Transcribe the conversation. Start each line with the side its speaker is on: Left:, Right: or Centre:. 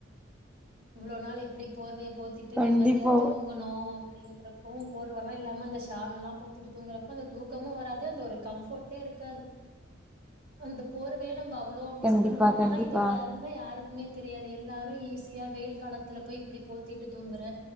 Right: இவ்வளோ நாள் எப்பிடி போர்வே போத்திட்டு
Centre: கண்டிப்பா
Right: நிம்மதியா தூங்குணோ அப்பிடின்ருக்கு போர்வெலா இல்லாம அந்த ஷால் எல்லா போத்திட்டு தூங்குறப்ப அந்த தூக்கமு வராது அந்த ஒரு கம்ஃபோர் டே இருக்காது அந்த போர்வ வே நம் அவ் அவ்ளோ மிஸ்
Centre: கண்டிப்பா
Right: பண்ணுவோ ஆனா
Centre: கண்டிப்பா
Right: இதோட அரும யாருக் குமே தெரியாது எல்லாரு ஈஸியா வெயில் காலத்துல போய் இப்பிடி போத்திட்டு தூங்குற